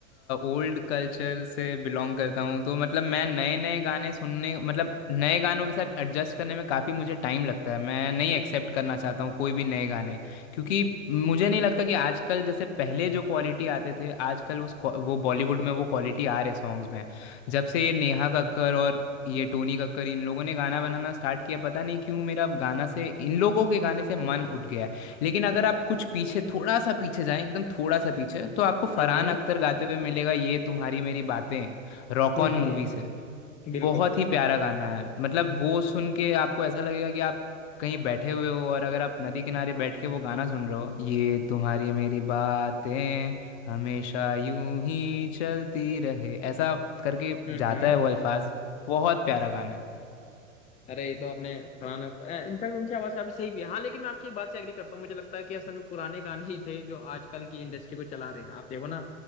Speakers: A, on the left (about 55°); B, on the left (about 20°).
A: ओल्ड कल्चर से बिलोंग करता हूँ तो मतलब मैं नए नए गाने सुनने मतलब नए गानों के साथ एडजस्ट करने में काफ़ी मुझे टाइम लगता है मैं नहीं
B: हम्म
A: एक्सेप्ट करना चाहता हूँ कोई भी नए गाने क्योंकि मुझे नहीं लगता कि आजकल जैसे पहले जो क्वालिटी आते थे आजकल उस क्वा- वो बॉलीवुड में वो क्वालिटी आ रहे सॉन्ग्स में जब से ये नेहा कक्कर और ये टोनी कक्कर इन लोगों ने गाना बनाना स्टार्ट किया पता नहीं क्यों मेरा गाना से इन लोगों के गाने से मन उठ गया है लेकिन अगर आप कुछ पीछे थोड़ा सा पीछे जाएं एकदम थोड़ा सा पीछे तो आपको फरहान
B: हम्म हम्म
A: अख्तर गाते हुए मिलेगा ये तुम्हारी मेरी बातें रॉक
B: हम्म,
A: ऑन मूवी
B: हम्म,
A: से
B: बिल्कुल
A: बहुत ही प्यारा गाना है मतलब वो सुन के आपको ऐसा लगेगा कि आप कहीं बैठे हुए हो और अगर आप नदी किनारे बैठ के वो गाना सुन रहे हो ये तुम्हारी मेरी बातें हमेशा यूं ही चलती रहे ऐसा करके
B: हम्म
A: जाता है वो अल्फाज बहुत प्यारा गाना है
B: अरे ये तो आपने पुराना इनफैक्ट उनकी आवाज काफी सही भी है हाँ लेकिन मैं आपकी बात से एग्री करता हूँ मुझे लगता है कि असल में पुराने गाने ही थे जो आजकल की इंडस्ट्री को चला रहे हैं आप देखो ना